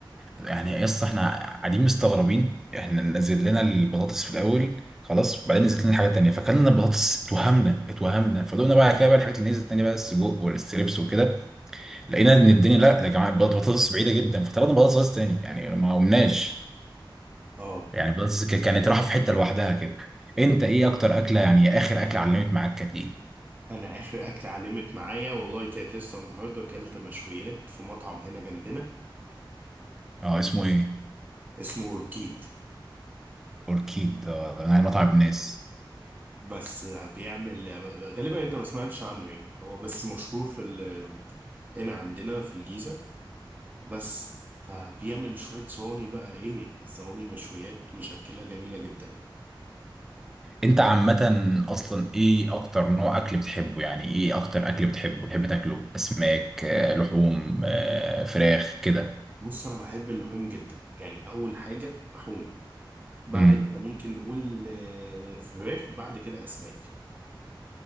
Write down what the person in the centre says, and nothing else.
يعني اصلا احنا قاعدين مستغربين احنا نزل لنا البطاطس في الاول خلاص بعدين نزلت لنا حاجه تانية فكلنا البطاطس اتوهمنا اتوهمنا فدقنا بقى كده بقى الحاجات اللي نزلت تاني بقى السجق والستريبس وكده لقينا ان الدنيا لا يا جماعه البطاطس بعيده جدا فطلبنا بطاطس تاني يعني ما قمناش
يعني بس ك- كانت راحة في حتة لوحدها كده انت ايه اكتر اكلة يعني اخر اكلة علمت معاك كانت ايه
اه اسمه ايه
اوركيد اه ده
من مطعم الناس
انت عامة اصلا ايه اكتر نوع اكل بتحبه يعني ايه اكتر اكل بتحبه بتحب تاكله اسماك آه، لحوم آه، فراخ كده
امم